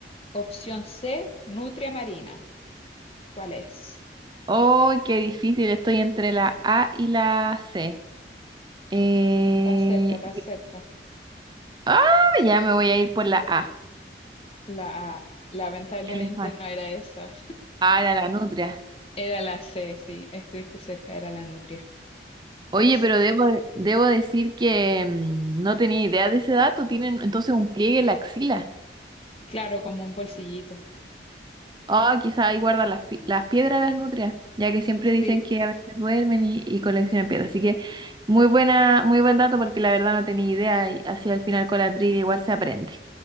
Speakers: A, on the left; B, on the right.
A: Opción C, nutria marina. ¿Cuál es?
B: Oh, qué difícil, estoy entre la A y la C. Eh,
A: Está cerca, está cerca.
B: Ah, ya me voy a ir por la A.
A: La A. Lamentablemente
B: Elefante.
A: no era esa.
B: Ah, era la nutria.
A: Era la C, sí. Estuviste cerca, era la nutria. Casi.
B: Oye, pero debo, de- debo decir que mm, no tenía idea de ese dato. Tienen entonces un pliegue en la axila.
A: Claro, como un bolsillito.
B: Ah, quizá ahí guardan las, pi- las piedras las nutrias, ya que siempre
A: Sí,
B: dicen que a veces duermen y, y coleccionan piedras. Así que muy buena, muy buen dato porque la verdad no tenía idea y así al final con la trivia igual se aprende.